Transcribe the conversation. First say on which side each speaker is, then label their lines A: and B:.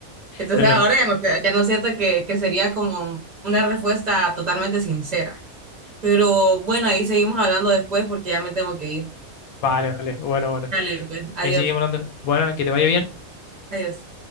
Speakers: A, on the right; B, on the left.
A: Entonces
B: No, no,
A: ahora ya no, te- ya no siento que, que sería como una respuesta totalmente sincera. Pero bueno, ahí seguimos hablando después porque ya me tengo que ir.
B: vale, vale. Bueno, bueno.
A: Dale, pues, adiós,
B: Ahí seguimos hablando. Bueno, que te vaya bien.
A: adiós.